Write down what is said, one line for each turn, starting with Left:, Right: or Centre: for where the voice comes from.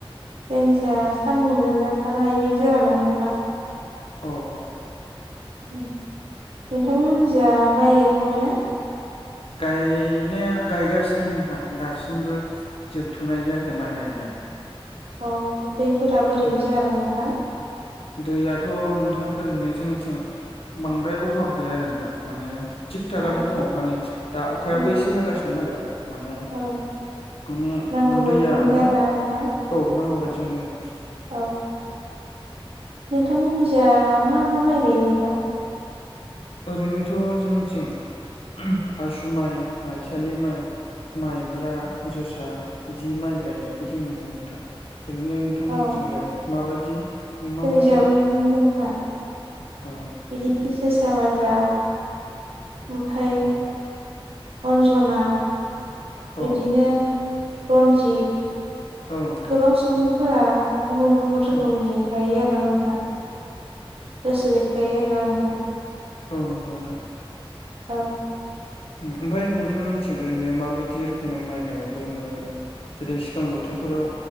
Right: जायनिजाया सान्दुंजोंनो थानो हायि बायदि <unintelligible> नोंथां
Left: औ
Right: उम नोंथांमोनजा माइ गायखांबायना?
Left: गायनाया गायगासिनो नोंथां दासिमबो जोबथ'नाय जायाखै माइ गायनाया
Right: अ दैफोरा बोरै
Left: ओ
Right: जारो नोंथा
Left: दैयाथ' नोंथां ओरैनो जोंनिथिं बांद्राय अभाब गैया आरो नोंथां माने थिग थकनो
Right: अ
Left: दङ माने दा अखायाबो
Right: औ
Left: इसे हागासिनो नालाय माने
Right: औ
Left: माने
Right: नांगौ बायदि
Left: दैया
Right: मोनदों
Left: माने
Right: आरोना नोंथां
Left: औ नांगौ बायदि मोनदों
Right: औ नोंथां मोननिजा मा मा माइ गायो नोंथां
Left: ओरैनोथ' जोंनिथिं <unintelligible> आसु माइ माइसालि माइ माइब्रा जोसा इदि माइ गायनायखौ जों नुनो मोन नोंथा ओरैनो थांमोनथिंलाय
Right: औ
Left: माबादि माबादि
Right: जोंनिजाबो
Left: <inaudible>
Right: बिदिनो नोंथां
Left: औ
Right: बिदिनो जोसा माइब्रा ओमफाय
Left: औ
Right: अन्ज'ना
Left: औ
Right: इदिनो रन्जित
Left: औ नोंथां
Right: गोबां सुबुंफोरा गुबुन गुबुन रोखोमनि
Left: औ
Right: गायो आरो नोंथां गोसो बायदि गायो आरोना नोंथां
Left: औ नोंगौ नोंथां
Right: औ
Left: ओमफाय नोंथांमोनथिं ओरैनो माबायदि रोखोमै माइ गायनायखौ नुनो मोनो जेरै सिगां बोथोरफोराव